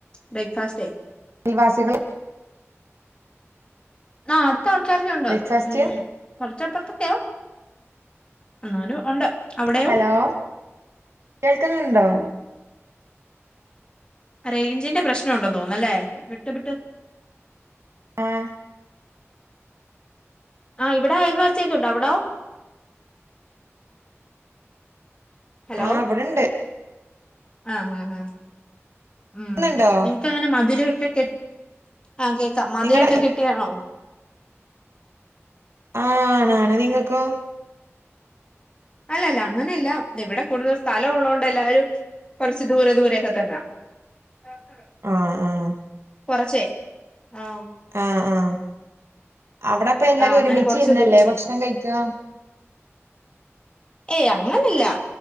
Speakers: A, on the left; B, on the right.
A: ബ്രേക്ക്ഫാസ്റ്റേ
B: അൽവാസികൾ
A: ആ അടുത്ത ആൾക്കാരൊക്കെ ഒണ്ട്
B: ബ്രേക്ക്ഫാസ്റ്റ്
A: ഉം കൊറച്ചപ്പറത്തൊക്കെയാ എന്നാലും ഒണ്ട് അവിടയോ
B: ഹലോ കേൾക്കുന്നുണ്ടോ
A: റേഞ്ചിന്റെ പ്രശ്നം ഒണ്ടന്ന് തോന്നല്ലേ വിട്ട് വിട്ട്
B: ആഹ്
A: ആ ഇവിടെ അയൽവാസിയൊക്കെ ഒണ്ട് അവിടോ ഹലോ
B: ആഹ് ഇവിട്ണ്ട്
A: ആഹ് ആ ആ ഉം
B: കേക്കുന്നുണ്ടോ
A: നിങ്ങക്കങ്ങനെ മതില്ക്കെ കെ ആഹ് കേക്കാം മതിലൊക്കെ
B: നിങ്ങടെ
A: കെട്ടിയതാണോ
B: ആഹ് ആണ് ആണ് നിങ്ങക്കൊ
A: അല്ലല്ല അങ്ങനെയില്ല ഇവിടെ കൂടുതൽ സ്ഥലം ഒള്ളൊണ്ട് എല്ലാരും കൊറച്ച് ദൂരെ ദൂരെ ഒക്കെ <unintelligible>
B: ആഹ് ആഹ്
A: കൊറച്ചേ ആഹ്
B: ആ ആ അവിടെ അപ്പ എല്ലാരും
A: ആഹ് അങ്ങനെ
B: ഒരുമിച്ചിരുന്നല്ലേ
A: കൊറച്ച് ദൂ
B: ഭക്ഷണം കഴിക്ക്കാ
A: ഏയ് അങ്ങനില്ല